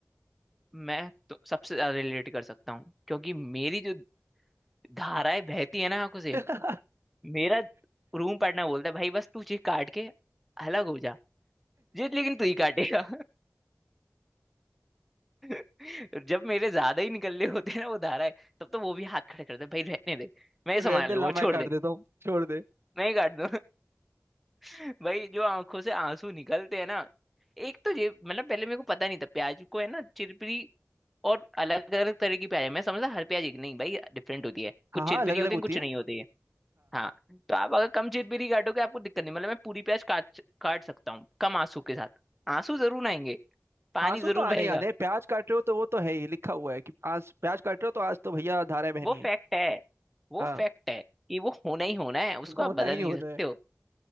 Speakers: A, in the centre; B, on the right (about 50°).
A: मैं तो सबसे ज्यादा रिलेट कर सकता हूँ क्योंकि मेरी जो धाराएं बहती है ना आंखों से
B: <laughs>
A: मेरा रूम पार्टनर बोलता है भाई बस तू ये काट के अलग हो जा ये लेकिन तू ही काटेगा <laughs> जब मेरे ज्यादा ही निकलने होते हैं ना वो धारा है तब तो वो भी हाथ खड़े करते हैं, भाई रहने दे मैं ही
B: रहने
A: संभाल
B: दे
A: लूँ
B: ला
A: वो
B: मैं
A: छोड़
B: काट
A: दे
B: देता हूँ छोड़ दे
A: मैं ही काट दूँ <laughs> भाई जो आंखों से आंसू निकलते हैं ना एक तो ये मतलब पहले मेरे को पता नहीं था प्याज को है ना चिरपिरी और अलग अलग तरह की प्याज है मैं समझा हर प्याज एक नहीं भाई डिफरेंट होती है कुछ
B: हाँ हाँ
A: चिरपिरी
B: अलग अलग
A: होती
B: होती
A: है कुछ
B: है
A: नहीं होती है हाँ तो आप अगर कम चिरपिरी काटोगे आपको दिक्कत नहीं मतलब मैं पूरी प्याज काट काट सकता हूँ कम आंसू के साथ आंसू जरूर आएंगे पानी
B: आंसू
A: जरूर
B: तो आने
A: बहेगा
B: ही आने हैं। प्याज काट रहे हो तो वो तो है ही लिखा हुआ है कि आज प्याज काट रहे हो तो आज तो भैया धारा बहनी
A: वो
B: है
A: फैक्ट है वो
B: हाँ
A: फैक्ट है कि वो होना ही होना है उसको
B: होना
A: आप बदल
B: ही
A: नहीं
B: होना
A: सकते
B: है
A: हो